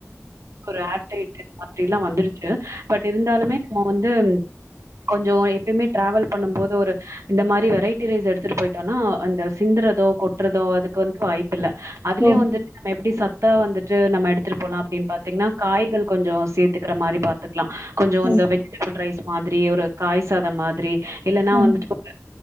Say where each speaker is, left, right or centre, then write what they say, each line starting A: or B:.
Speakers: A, on the right; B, on the right.
A: ஒரு ஆர் டைட் மாதிரிலா வந்துருச்சு பட் இருந்தாலுமே நம்ம வந்து து கொஞ்சோ எப்பியுமே ட்ராவல் பண்ணும் போது ஒரு இந்த மாரி வெரைட்டி ரைஸ் எடுத்துட்டு போயிட்டோனா அந்த சிந்துறதோ கொட்றதோ அதுக்கு வந்து வாய்ப்பு இல்ல அதுலயு
B: ம்
A: வந்துட்டு நம்ம எப்டி ச த்தா வந்துட்டு நம்ம எடுத்துட்டு போலா அப்டின்னு பாத்தீங்னா காய்கள் கொஞ்சோ சேர்த்துக்கிற மாரி பாத்துக்லா கொஞ்சோ இந்த
B: ம்
A: வெஜிடபிள் ரைஸ் மாதிரி ஒரு காய் சாதம் மாதிரி இல்லன்னா
B: ம்
A: வந்துட்டு ஒரு